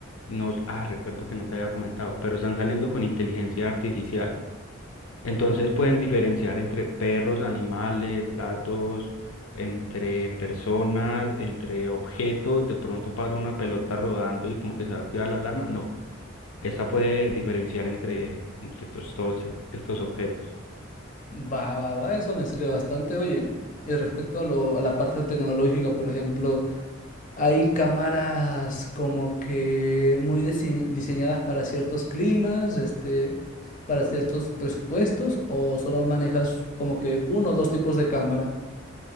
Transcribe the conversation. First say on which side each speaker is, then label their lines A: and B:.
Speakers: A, on the left (about 80°); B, on the left (about 40°).
A: nos, ah, recuerdo que no te había comentado, pero están saliendo con inteligencia artificial. Entonces
B: Uh,
A: pueden diferenciar entre perros, animales, gatos, entre personas, entre objetos. De pronto pasa una pelota rodando y como que se va a activar la alarma. No, esta puede diferenciar entre, entre tos- todos estos objetos.
B: Va, va, va, eso me sirve bastante. Oye, y respecto a lo, a la parte tecnológica, por ejemplo, hay cámaras como que muy dise- diseñadas para ciertos climas, este, para ciertos presupuestos, o solo manejas como que uno o dos tipos de cámara.